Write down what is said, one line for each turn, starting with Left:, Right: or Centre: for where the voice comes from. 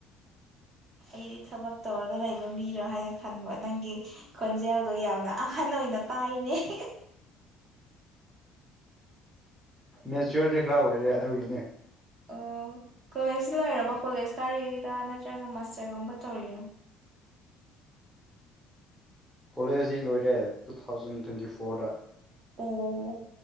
Right: ꯑꯩꯗꯤ ꯊꯕꯛ ꯇꯧꯔꯒ ꯂꯩꯕ ꯃꯤꯔꯣ ꯍꯥꯏꯅ ꯈꯟꯕ ꯅꯪꯒꯤ ꯈꯣꯟꯖꯦꯜꯗꯣ ꯌꯥꯝꯅ ꯑꯍꯟ ꯑꯣꯏꯅ ꯇꯥꯏꯅꯦ <inaudible>
Centre: ꯃꯦꯆꯌꯣꯔꯗꯤ ꯈꯔ ꯑꯣꯏꯔꯦ ꯑꯗꯨꯒꯤꯅꯦ
Right: ꯑꯣ ꯀ ꯑꯁꯣ ꯍꯥꯏꯔꯔꯕ ꯀꯣꯂꯦꯖ ꯀꯥꯔꯤꯔꯥ ꯅꯠꯇ꯭ꯔꯒ ꯃꯥꯁꯇꯔꯒꯨꯝꯕ ꯇꯧꯔꯤꯔꯥ
Centre: ꯀꯣꯂꯦꯖꯇ ꯂꯣꯏꯔꯦ ꯇꯨ ꯊꯥꯎꯖꯟ ꯇ꯭ꯋꯦꯟꯇꯤ ꯐꯣꯔꯗ
Right: ꯑꯣ